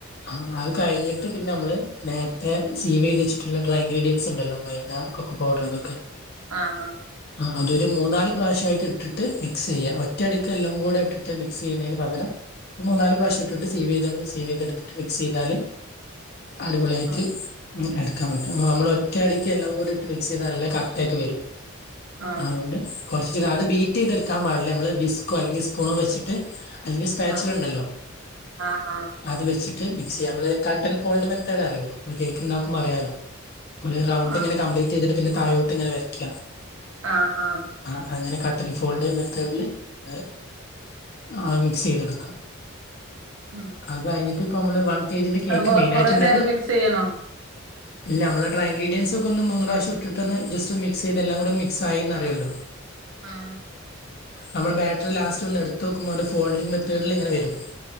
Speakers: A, on the left (about 50°); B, on the right (about 75°).
A: ആ അത് കഴിഞ്ഞിട്ട് പിന്നെ നമ്മള് നേരത്തെ സീവ് ചെയ്തിച്ചിട്ടുള്ള ഡ്രൈ ഇൻഗ്രീഡിയൻസ് ഉണ്ടല്ലോ മൈദ കൊക്കൊ പൗഡർ അതൊക്കെ
B: ആഹ് ആഹ്
A: ആ അതൊരു മൂന്നാല് പ്രാവശ്യമായിട്ട് ഇട്ടിട്ട് മിക്സ് ചെയ്യാം. ഒറ്റടിക്ക് എല്ലാം കൂടെ ഇട്ടിട്ട് മിക്സ് ചെയ്യുന്നതിന് പകരം മൂന്നാല് പ്രാവശ്യം ഇട്ടിട്ട് സീവ് ചെയ്ത സീവ് ചെയ്തെടുത്തിട്ട് മിക്സ് ചെയ്താല് അടിപൊളിയായിട്ട്
B: ആഹ്
A: ഉം എടുക്കാൻ പറ്റും അ നമ്മള് ഒറ്റ അടിക്ക് എല്ലാം കൂടി ഇട്ട് മിക്സ് ചെയ്താൽ. നല്ല കട്ടക്കെ വരും.
B: ആഹ്
A: അതുകൊണ്ട് കൊറച്ച് അത് ബീറ്റ് ചെയ്തെടുക്കാൻ പാടില്ല. നമ്മൾ വിസ്കോ അല്ലെങ്കിൽ സ്പൂണോ വെച്ചിട്ട്. അല്ലെങ്കിൽ സ്പാച്ചില
B: ആഹ് ആഹ്
A: ഉണ്ടല്ലോ.
B: ആഹ്
A: അത് വെച്ചിട്ട് മിക്സ് ചെയ്യ നമ്മത് കട്ട്ൻഡ് ഫോൾട് മെത്തേഡ് അറിയോ കേക്ക്ണ്ടുമ്പോൾ അറിയാലോ? ഒരു റൗണ്ട്
B: ആഹ്
A: ഇങ്ങനെ കംപ്ലീറ്റ് ചെയ്തിട്ട് പിന്നെ താഴോട്ട് ഇങ്ങനെ വരയ്ക്ക.
B: ആഹ് ആഹ്
A: ആഹ് അങ്ങനെ കട്ട് ആൻ ഫോൾഡ് മെത്തേഡില്. ഹ് ആ മിക്സ് ചെയ്തെടുക്കുക.
B: ഉം
A: അത് കഴിട്ട് ഇപ്പ നമ്മള് വൺ കെ ജിന്റെ കേക്ക്
B: അ കൊ
A: മെയിൻ
B: കൊറ
A: ആയിട്ട് ഉണ്ടാക്കുക
B: നേരം മിക്സ് ചെയ്യണോ?
A: ഇല്ല നമ്മുടെ ഡ്ര ഇൻ്രഡിയൻസ് ഒക്കെ ഒന്ന് മൂന്ന് പ്രാവശ്യ ഇട്ട്ന്ന് ജസ്റ്റ് മക്സ് ചെയ്തല്ലാം കൂടെ മിക് ആന്ന് അിയുമല്ലോ?
B: ആഹ്
A: നമ്മള് ബാറ്ററി ലാസ്റ്റ് ഒന്ന് എടുത്ത് നോക്കുമ്പോ ഒരു ഫോൾഡിംഗ് മെത്തേഡിൽ എങ്ങനെ വരും.